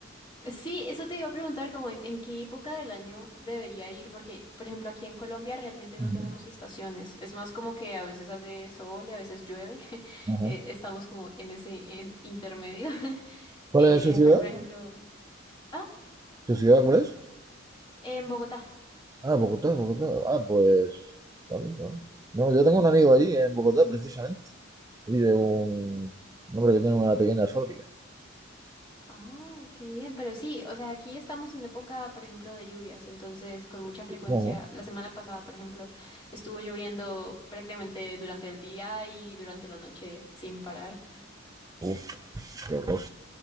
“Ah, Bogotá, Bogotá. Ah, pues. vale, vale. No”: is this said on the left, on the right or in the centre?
Right